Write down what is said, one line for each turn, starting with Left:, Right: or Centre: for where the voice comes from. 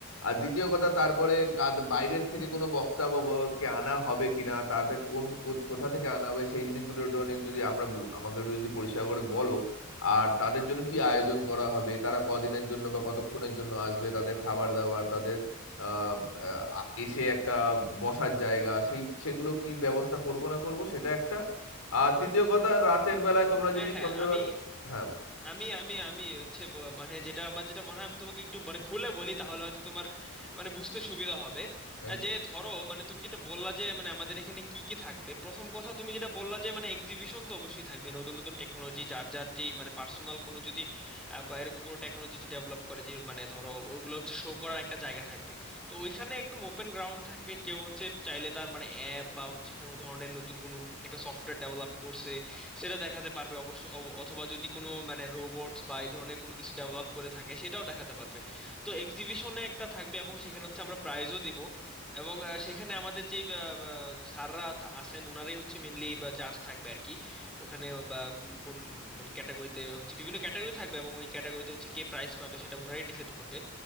Left: আর দ্বিতীয় কথা তারপরে কাদ বাইরের থেকে কোনো বক্তা বগ- কে আনা হবে কিনা তাদের কোন কো- কোথা থেকে আনা হবে সেই জিনিসগুলো একটু অনেক যদি আমরা বু- আমাকে একটু যদি পরিষ্কার করে বলো আর তাদের জন্য কি আয়োজন করা হবে তারা কদিনের জন্য বা কতক্ষণের জন্য আসবে তাদের খাবার দাবার তাদের আহ, আহ, এসে একটা বসার জায়গা সেই সেগুলো কি ব্যবস্থা করব না করব সেটা একটা আর তৃতীয় কথা রাতের বেলায় তোমরা
Centre: হ্যাঁ
Left: যদি
Centre: হ্যাঁ
Left: সন্ধ্যেবেলা
Centre: আমি
Left: হ্যাঁ
Centre: আমি আমি আমি হচ্ছে ব- মানে যেটা আমার যেটা মনে হয় আমি তোমাকে একটু মানে খুলে বলি তাহলে হয়তো তোমার মানে বুঝতে সুবিধা হবে
Left: একদম
Centre: আহ, যে ধরো মানে তুমি যেটা বললা যে মানে আমাদের এখানে কি কি থাকবে প্রথম কথা তুমি যেটা বললা যে মানে এক্সিবিশন তো অবশ্যই থাকবে নতুন নতুন টেকনোলজি যার যার যেই মানে পার্সোনাল কোনো যদি আহ, বা এরকম কোনো টেকনোলজি হচ্ছে ডেভেলপ করে যে মানে ধরো ওইগুলো হচ্ছে শো করার একটা জায়গা থাকবে তো ওইখানে একদম ওপেন গ্রাউন্ড থাকবে কেউ হচ্ছে চাইলে তার মানে অ্যাপ বা হচ্ছে কোনো ধরনের নতুন কোনো একটা সফটওয়্যার ডেভেলপ করছে সেটা দেখাতে পারবে অবশ্য অ- অথবা যদি কোনো মানে রোবটস বা এই ধরনের কোনো কিছু ডেভেলপ করে থাকে সেটাও দেখাতে পারবে তো এক্সিবিশনে একটা থাকবে এবং সেখানে হচ্ছে আমরা প্রাইজও দিব এবং আহ, সেখানে আমাদের যেই আহ, আহ, স্যাররা থা- আছেন ওনারাই হচ্ছে মেনলি জাজ থাকবে আর কি ওখানে বা উম, কোন মানে ক্যাটাগরিতে হচ্ছে বিভিন্ন ক্যাটাগরি থাকবে এবং ওই ক্যাটাগরিতে হচ্ছে কে প্রাইজ পাবে সেটা ওনারাই ডিসাইড করবে